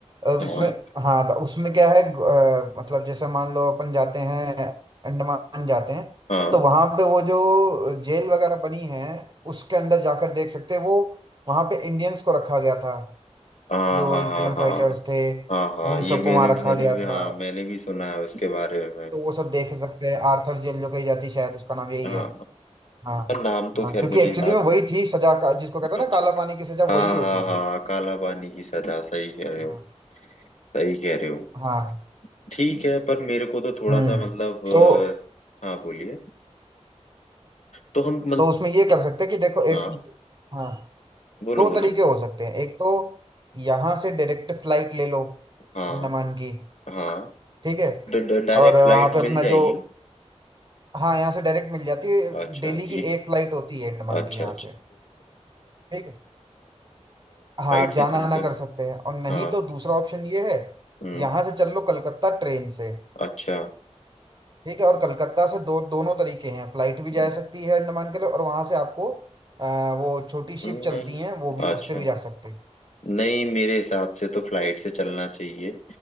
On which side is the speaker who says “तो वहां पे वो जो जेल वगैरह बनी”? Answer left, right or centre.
Right